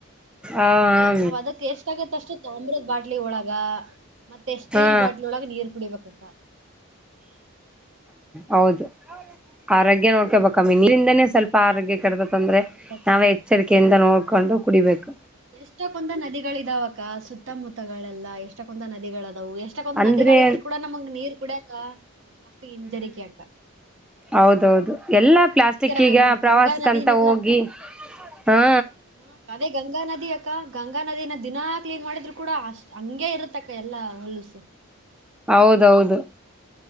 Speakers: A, in the centre; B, on the right (about 60°).
A: ಆ ಆ
B: ನಾವ ಅದಕ ಎಷ್ಟ ಆಗತ್ತ ಅಷ್ಟು ತಾಮ್ರದ ಬಾಟ್ಲಿ ಒಳಗ. ಮತ್ತೆ ಸ್ಟೀಲ್
A: ಹಾ
B: ಬಾಟ್ಲ್ ಒಳಗೆ ನೀರು ಕುಡಿಬೇಕ್ಕಾ.
A: ಹೌದು ಆರೋಗ್ಯ ನೋಕಡ್ಬೇಕಮ್ಮಿ ಇದರಿಂದಾನೆ ಸ್ವಲ್ಪ ಆರೋಗ್ಯ ಕಡದ ತೊಂದ್ರೆ
B: ಹೌದಕ್ಕ
A: ನಾವೆ ಎಚ್ಚರಿಕೆಯಿಂದ ನೋಡ್ಕೊಂಡು
B: ಹ
A: ಕುಡಿಬೇಕು.
B: ಎಷ್ಟಕ್ಕೊಂದ ನದಿಗಳ ಇದಾವಕ್ಕ ಸುತ್ತಮುತ್ತಗಳೆಲ್ಲಾ ಎಷ್ಟಕ್ಕೊಂದ ನದಿಗಳದಾವು ಎಷ್ಟ. ಅಷ್ಟಕ್ಕೊಂದು
A: ಅಂದ್ರೆ
B: ನದಿಗಳ ಇದ್ರು ಕೂಡ ನಮಗ ನೀರ್ ಕುಡ್ಯಾಕ ಅಷ್ಟು ಹಿಂಜಿರಿಕೆ ಅಕ್ಕಾ.
A: ಹೌದು ಹೌದು ಎಲ್ಲಾ ಪ್ಲಾಸ್ಟಿಕ್
B: ಅಕ್ಕ
A: ಈಗ ಪ್ರವಾಸಕ್ಕಂತ
B: ಗಂಗಾ ನದಿನೆಲ್ಲಾ
A: ಹೋಗಿ. ಗಿ ಹ
B: ಹ ಅದೇ ಗಂಗಾ ನದಿ ಅಕ್ಕಾ ಗಂಗಾ ನದಿನ ದಿನಾ ಕ್ಲೀನ್ ಮಾಡಿದ್ರು ಕೂಡ ಅಷ್ಟ್ ಹಂಗೆ ಇರತ್ತ ಅಕ್ಕಾ ಎಲ್ಲಾ ಹೋಲುಸು.
A: ಹೌದು ಹೌದು